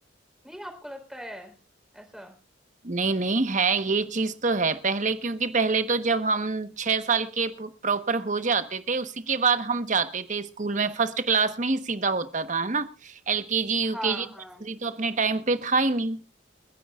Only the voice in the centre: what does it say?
नहीं आपको लगता है ऐसा
हाँ
हाँ